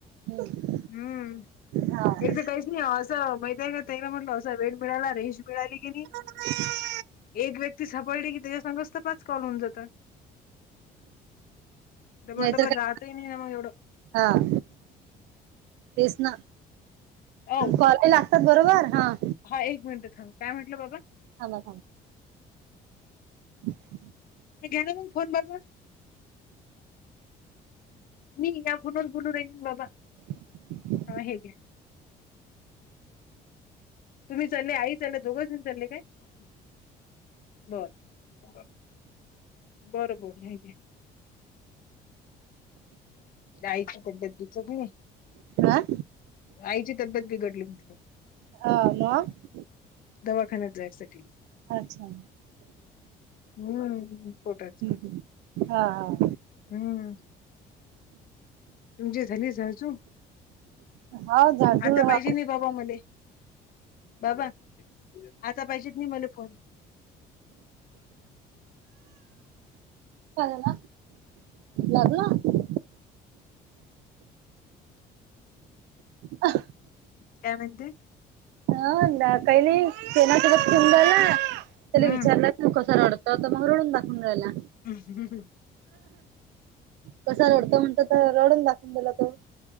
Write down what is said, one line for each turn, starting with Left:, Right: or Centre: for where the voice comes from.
Right: हं.
Left: हम्म
Right: हां.
Left: एकदा काही नाही असं माहीत आहे का तला म्हटलं असा वेळ मिळाला रेंज मिळाली की नाही.
Right: ह. <unintelligible>
Left: एक व्यक्ती सापडली की त्याच्या संगच तर पाच कॉल होन जातात. डबल
Right: नाहीतर
Left: डबल
Right: काय
Left: राहत नाही ना मग एवढं.
Right: हां. तेच ना
Left: औ
Right: कॉल लागतात बरोबर हा.
Left: हा एक मिनिट थांब काय म्हटलं बाबा.
Right: थांबा, हम. <unintelligible>
Left: घ्या ना मग फोन बगु मी या फोन वर बोलू राहिली ना बाबा.
Right: <inaudible>
Left: हा हे घ्या. कुठे चालली आई. दोघ दि झा काय <unintelligible> बर बरं बर हे. जायची पद्धत दुचकली.
Right: हां?
Left: आईची तब्येत बिघडली म्हणते बाबा
Right: हा म.
Left: दवाखान्यात जायसाठी
Right: अच्छा
Left: बरं म्हणे पोटायच
Right: हं. हां, हां.
Left: हम्म तुमचे झाली सहजू
Right: हा झाडझूड
Left: आता
Right: झालं
Left: पाहिजे नाही. बाबा मले, बाबा आता पाहिजेत ना मला फोन
Right: का ना लागलं. अ
Left: काय म्हणते?
Right: हं कांहीं नाहीं सेनासोबतं खेडूरांयला त्यांले
Left: हम्म
Right: विचारलं तुं कसां रडतो तरं आतां मंग रडूंन दाखूंन राहिलां
Left: हम्मं हम्मं हं
Right: कसां रडतो म्हणतं तरं रडून दाखवूंन राहिलां तो.